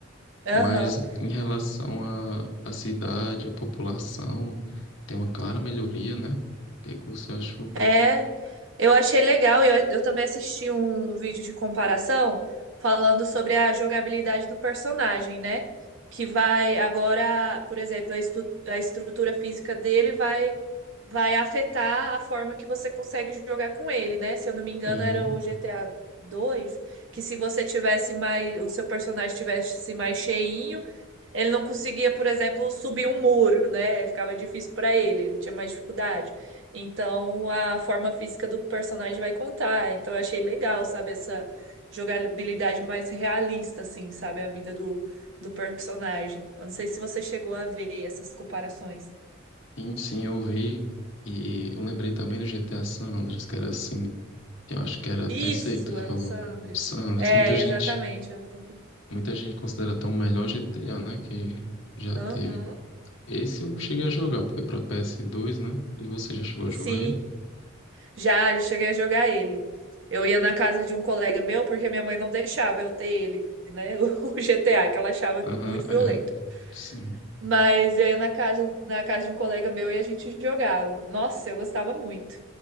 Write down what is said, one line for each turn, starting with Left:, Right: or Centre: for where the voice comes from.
Right: Aham.
Left: mas em relação à à cidade, à população, tem uma clara melhoria, né? O que que você achou?
Right: É, eu achei legal e eu, eu também assisti um vídeo de comparação falando sobre a jogabilidade do personagem, né? Que vai agora, por exemplo, a, estu- a estrutura física dele vai vai afetar a forma que você consegue jogar com ele, né? Se eu não me engano,
Left: Sim,
Right: era o GTA dois que se você tivesse mais, o seu personagem tivesse mais cheinho Ele não conseguia, por exemplo, subir um muro, né? Ficava difícil para ele, ele tinha mais dificuldade. Então, a forma física do personagem vai contar. Então, eu achei legal, sabe, essa jogabilidade mais realista, assim, sabe, a vida do, do personagem. Eu não sei se você chegou a ver essas comparações.
Left: sim, sim, eu vi. E eu lembrei também do GTA San Andreas, que era assim, que eu acho que era até
Right: Isso,
Left: isso aí que tu falou.
Right: é o Sandres.
Left: San Andreas,
Right: É,
Left: muita gente,
Right: exatamente, eu confundi.
Left: muita gente considera até o melhor GTA, né? Que já
Right: Aham.
Left: teve. Esse eu cheguei a jogar, porque para ps dois, né? E você já chegou a
Right: Sim,
Left: jogar ele?
Right: Já, já cheguei a jogar ele. Eu ia na casa de um colega meu porque minha mãe não deixava eu ter ele, né? <laughs> O GTA, que ela achava
Left: Aham,
Right: muito violento.
Left: é. Sim,
Right: Mas eu ia na casa, na casa de um colega meu e a gente jogava. Nossa, eu gostava muito.